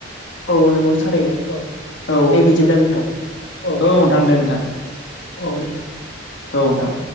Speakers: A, on the left; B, on the left.
A: औ नंगौ थारैनो औ
B: औ
A: दे बिदिब्ला नोंथां औ।
B: नोंथां दे नोंथां
A: औ दे।
B: औ नोंथां।